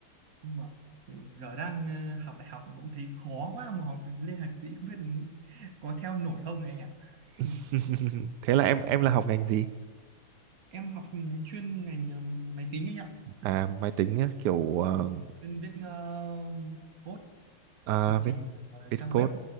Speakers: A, on the right; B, on the right.
A: nhưng mà giờ đang ờ, học đại học vẫn thấy khó quá mà học lên thạc sĩ không biết có theo nổi không này anh ạ.
B: <laughs>
A: <laughs>
B: thế là em em là học ngành gì?
A: Em học chuyên ngành ờ, máy tính anh ạ.
B: À máy tính á, kiểu ờ,
A: Vâng. Chuyên viết ờ, code
B: à,
A: lập trình ờ,
B: viết
A: trang
B: code
A: web